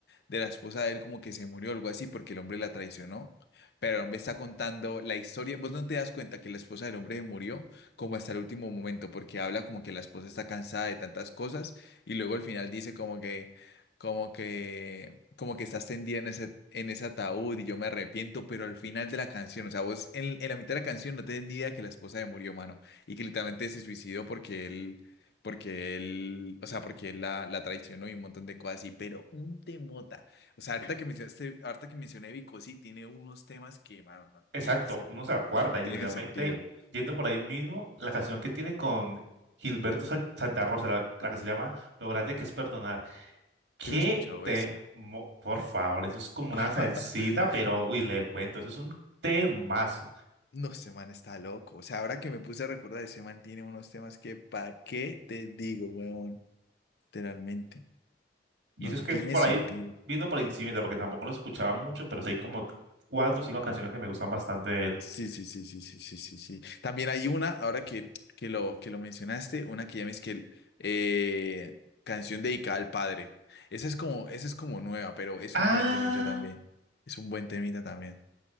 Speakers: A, on the left; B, on the right.
A: de la esposa de él como que se murió o algo así porque el hombre la traicionó. Pero el hombre está contando la historia. Vos no te das cuenta que la esposa del hombre se murió como hasta el último momento porque habla como que la esposa está cansada de tantas cosas y luego al final dice como que, como que, como que estás tendida en ese, en ese ataúd y yo me arrepiento, pero al final de la canción, o sea, vos en, en la mitad de la canción no tenés ni idea que la esposa se murió, mano, y que literalmente se suicidó porque él porque él, o sea, porque él la, la traicionó y un montón de cosas así, pero un temota. O sea, ahorita que mencionaste, ahorita que mencioné Vico, sí, tiene unos temas que, mano, no
B: Exacto,
A: tiene, sen-
B: uno se acuerda
A: no
B: y
A: tiene
B: literalmente
A: sentido.
B: yendo por ahí mismo, la canción que tiene con Gilberto Sal- Santa Rosa, la, la que se llama Lo grande que es perdonar. ¿Qué
A: Yo no he escuchado
B: te...
A: esa.
B: Por favor, eso es como una
A: <laughs>
B: salsita, pero uy, le cuento, eso es un temazo.
A: No, ese man está loco. O sea, ahora que me puse a recordar, ese man tiene unos temas que, ¿pa' qué te digo, weón? Literalmente,
B: Y
A: no
B: eso es que
A: tiene
B: por
A: sentido.
B: ahí vino por encima, porque tampoco lo escuchaba mucho, pero sí hay como cuatro o cinco canciones que me gustan bastante de él.
A: Sí, sí, sí, sí, sí, sí, sí, sí. También hay una, ahora que, que lo, que lo mencionaste, una que llames que el, eh, canción dedicada al padre. Esa es como, esa es como nueva, pero es
B: Ah,
A: un buen temita también. Es un buen temita también.